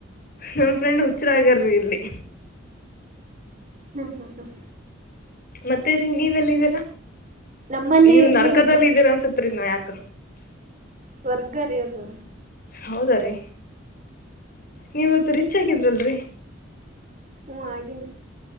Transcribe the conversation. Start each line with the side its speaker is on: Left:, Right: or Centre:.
Left: ನಮ್ ಫ್ರೆಂಡ್ ಹುಚ್ಚರಗಾರ್ರಿ ಇಲ್ಲಿ
Right: ಹ್ಮ್ ಹ್ಮ್ ಹ್ಮ್್ಮ್
Left: ಮತ್ತೇ ರೀ ನೀವೆಲ್ಲ ಇದೀರಾ
Right: ನಮ್ಮಲ್ಲೇ
Left: ನೀವು
Right: ಇರ್ಲಿರಿ
Left: ನರಕದಲ್ಲ
Right: ಗುಪ್ತ
Left: ಇದೀರಾ ಅನ್ಸುತ್ತ ಉತ್ತ ನೋಯಕ
Right: ಸ್ರ್ಗರದ
Left: ಹೌದ್ರೀ ನೀವತ್ತು ರಿಚ್ ಆಗಿದ್ರಲ್ರಿ
Right: ಹ್ಮ ಹಾಗೆ